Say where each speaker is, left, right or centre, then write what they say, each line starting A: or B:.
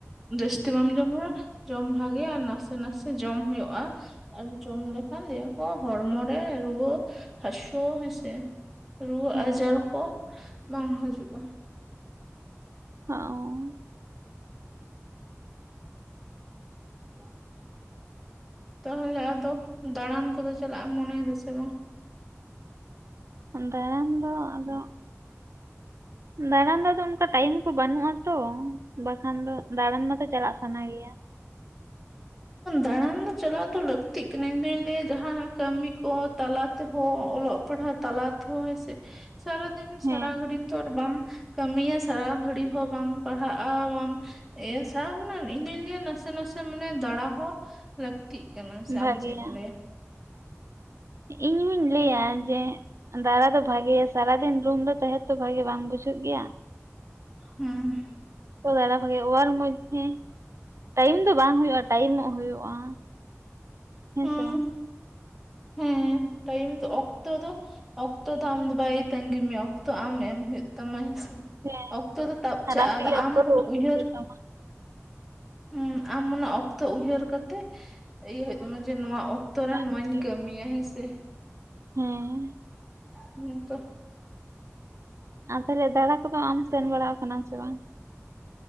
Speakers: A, in the centre; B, on the right.
A: ᱡᱟᱹᱥᱛᱤ ᱵᱟᱢ ᱡᱚᱢ ᱨᱮᱦᱚ ᱡᱚᱢ ᱵᱷᱟᱜᱮᱭᱟ‌ ᱟᱨ ᱱᱟᱥᱮ ᱱᱟᱥᱮ ᱡᱚᱢ ᱦᱩᱭᱩᱜ-ᱟ᱾ ᱟᱨ ᱡᱚᱢ ᱞᱮᱠᱷᱟᱱ ᱞᱟᱹᱭ ᱟᱠᱚ ᱦᱚᱲᱢᱚ ᱨᱮ ᱨᱩᱣᱟᱹ ᱦᱟᱥᱩ ᱦᱮᱸᱥᱮ ᱨᱩᱣᱟᱹ
B: ᱦᱮᱸ
A: ᱟᱡᱟᱨ ᱠᱚ ᱵᱟᱝ ᱦᱤᱡᱩᱜ-ᱟ᱾
B: ᱦᱚᱸ
A: ᱦᱮᱸ ᱛᱟᱦᱚᱞᱮ ᱟᱫᱚ ᱫᱟᱬᱟᱱ ᱠᱚᱫᱚ ᱪᱟᱞᱟᱜ ᱮᱢ ᱢᱚᱱᱮᱭᱮᱫᱟ ᱥᱮ ᱵᱟᱝ?
B: ᱫᱟᱲᱟᱱ ᱫᱚ ᱟᱫᱚ ᱫᱟᱲᱟ ᱫᱚᱫᱚ ᱚᱱᱠᱟ ᱴᱟᱭᱤᱢ ᱠᱚ ᱵᱟᱹᱱᱩᱜ-ᱟᱛᱚ ᱵᱟᱠᱷᱟᱱ ᱫᱚ ᱫᱟᱬᱟᱱ ᱢᱟᱛᱚ ᱪᱟᱞᱟᱜ ᱥᱟᱱᱟ ᱜᱮᱭᱟ᱾ <inaudible>
A: ᱫᱟᱬᱟᱱ ᱪᱟᱞᱟᱜ ᱫᱚ ᱞᱟᱹᱠᱛᱤᱜ ᱠᱟᱱᱟ ᱤᱧᱫᱩᱧ ᱞᱟᱹᱭᱟ ᱡᱟᱦᱟᱱᱟᱜ ᱠᱟᱹᱢᱤ ᱠᱚ ᱛᱟᱞᱟ ᱛᱮᱦᱚᱸ ᱚᱞᱚᱜ ᱛᱟᱞᱟ ᱛᱮᱦᱚ ᱦᱮᱹᱥᱮ ᱥᱟᱨᱫᱤᱱ ᱥᱟᱲᱟ
B: ᱦᱮᱸ
A: ᱜᱟᱹᱲᱤᱡ ᱛᱚ ᱵᱟᱢ ᱠᱟᱹᱢᱤᱭᱟ ᱥᱟᱨᱟ ᱜᱷᱟᱹᱲᱤ ᱦᱚᱸ ᱵᱟᱢ ᱯᱟᱲᱦᱟᱜ-ᱟ ᱵᱟᱢ ᱮ ᱥᱟᱣ ᱤᱧ ᱫᱚᱧ ᱞᱟᱹᱭᱟ ᱱᱟᱥᱮ ᱱᱟᱥᱮ ᱥᱮ ᱢᱟᱱᱮ ᱫᱟᱲᱟ ᱦᱚᱸ ᱞᱟᱹᱠᱛᱤᱜ ᱠᱟᱱᱟ ᱥᱮ ᱟᱢ
B: ᱵᱷᱟᱜᱮᱭᱟ
A: ᱪᱮᱫ ᱮᱢ ᱞᱟᱹᱭ ᱟ?
B: ᱤᱧ ᱦᱩᱧ ᱞᱟᱹᱭᱟ
A: ᱦᱩᱸ
B: ᱡᱮ ᱫᱟᱲᱟ ᱫᱚ ᱵᱷᱟᱜᱮᱭᱟ ᱥᱟᱨᱟᱫᱤᱱ ᱨᱩᱢ ᱨᱮ ᱛᱟᱦᱮᱸ ᱛᱚ ᱵᱷᱟᱜᱤ ᱵᱟᱝ ᱵᱩᱡᱷᱟᱹᱜ ᱜᱮᱭᱟ᱾
A: ᱦᱩᱸ
B: ᱛᱚ ᱫᱟᱲᱟ ᱵᱷᱟᱜᱮ ᱟᱨ ᱢᱚᱫᱫᱷᱮ ᱴᱟᱭᱤᱢ ᱫᱚ ᱵᱟᱝ ᱦᱩᱭᱩᱜ-ᱟ ᱴᱟᱭᱤᱢᱚᱜ ᱦᱩᱭᱩᱜ-ᱟ ᱦᱮᱸ
A: ᱦᱩᱸ
B: ᱥᱮ ᱵᱟᱝ
A: ᱦᱮᱸ ᱴᱟᱭᱤᱢ ᱫᱚ ᱚᱠᱛᱚ ᱫᱚ ᱚᱠᱛᱚ ᱫᱚ ᱟᱢ ᱫᱚ ᱵᱟᱭ ᱛᱟᱸᱜᱤ ᱢᱮᱭᱟ ᱚᱠᱛᱚ ᱟᱢ ᱮᱢ ᱦᱩᱭᱩᱜ ᱛᱟᱢᱟ᱾ ᱛᱟᱢᱟ ᱦᱮᱸᱥᱮ
B: ᱦᱮᱸ
A: ᱚᱠᱛᱚ ᱫᱚ ᱛᱟᱵ
B: ᱟᱨ
A: ᱪᱟᱜ-ᱟ ᱟᱫᱚ
B: ᱛᱮᱜᱮ ᱚᱠᱛᱚ
A: ᱟᱢ
B: ᱫᱚ ᱩᱰᱩᱠ
A: ᱩᱭᱦᱟᱹᱨ
B: ᱦᱩᱭᱩᱜ ᱛᱟᱢᱟ
A: ᱦᱩᱸ ᱟᱢ ᱚᱱᱟ ᱚᱠᱛᱚ ᱩᱭᱦᱟᱹᱨ ᱠᱟᱛᱮ ᱤᱭᱟᱹ ᱦᱩᱭᱩᱜ ᱛᱟᱢᱟ ᱡᱮ ᱱᱚᱣᱟ ᱚᱠᱛᱚ ᱚᱠᱛᱚ ᱨᱮ
B: ᱴᱟᱭᱤᱢ
A: ᱱᱚᱣᱟᱧ
B: ᱦᱩᱭᱩᱜ
A: ᱠᱟᱹᱢᱤᱭᱟ ᱦᱮᱸ ᱥᱮ
B: ᱦᱮᱸ
A: ᱦᱩᱸ ᱛᱚ
B: ᱟᱨ ᱛᱟᱦᱚᱞᱮ ᱫᱟᱬᱟ ᱠᱚᱫᱚ ᱟᱢ ᱥᱮᱱ ᱵᱟᱲᱟ ᱠᱟᱱᱟ ᱥᱮ ᱵᱟᱝ?